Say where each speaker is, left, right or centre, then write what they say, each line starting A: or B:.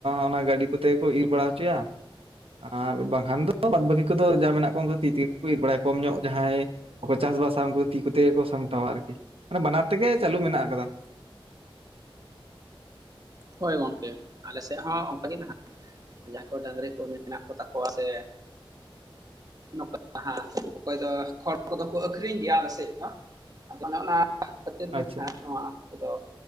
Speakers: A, on the right; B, on the right.
A: ᱚᱱᱟ ᱜᱟᱹᱰᱤ ᱠᱚᱛᱮ ᱜᱮᱠᱚ ᱤᱨ ᱵᱟᱲᱟ ᱦᱚᱪᱚᱭᱟ᱾ ᱟᱨ ᱵᱟᱝᱠᱷᱟᱱ ᱫᱚ ᱵᱟᱫᱽ ᱵᱟᱹᱠᱤ ᱠᱚᱫᱚ ᱡᱟ ᱢᱮᱱᱟᱜ ᱠᱚᱣᱟ ᱩᱱᱠᱩ ᱫᱚ ᱛᱤ ᱛᱮᱜᱮ ᱠᱚ ᱤᱨ ᱵᱟᱲᱟᱭᱟ ᱠᱚᱢ ᱧᱚᱜ ᱡᱟᱦᱟᱸᱭ ᱠᱚ ᱪᱟᱥᱵᱟᱥᱟ ᱩᱱᱠᱩ ᱫᱚ ᱛᱤ ᱠᱚᱛᱮ ᱜᱮ ᱠᱚ ᱥᱟᱢᱴᱟᱣᱟ ᱟᱨᱠᱤ, ᱢᱟᱱᱮ ᱵᱟᱱᱟᱨ ᱛᱮᱜᱮ ᱪᱟᱹᱞᱩ ᱢᱮᱱᱟᱜ ᱠᱟᱫᱟ᱾
B: ᱦᱳᱭ ᱜᱚᱝᱠᱮ ᱟᱞᱮ ᱥᱮᱫ ᱦᱚᱸ ᱚᱱᱠᱟ ᱜᱮ ᱱᱟᱦᱟᱜ᱾ ᱡᱟᱦᱟᱸᱭ ᱠᱚ ᱰᱟᱹᱝᱨᱤ ᱠᱚ ᱢᱮᱱᱟᱜ ᱠᱚᱛᱟ ᱠᱚᱣᱟ ᱥᱮ ᱱᱚᱝᱠᱟ ᱜᱮ ᱦᱟᱸᱜ, ᱚᱠᱚᱭ ᱫᱚ ᱠᱷᱚᱲ ᱠᱚᱫᱚ ᱠᱚ ᱟᱹᱠᱷᱨᱤᱧ ᱜᱮᱭᱟ ᱟᱞᱮ ᱥᱮᱫ ᱫᱚ ᱦᱟᱸᱜ᱾ ᱟᱫᱚ ᱚᱱᱮ ᱚᱱᱟ ᱠᱷᱟᱹᱛᱤᱨ ᱜᱮ
A: ᱟᱪᱪᱷᱟ
B: ᱱᱟᱦᱟᱜ ᱱᱚᱣᱟ ᱠᱩ ᱫᱚ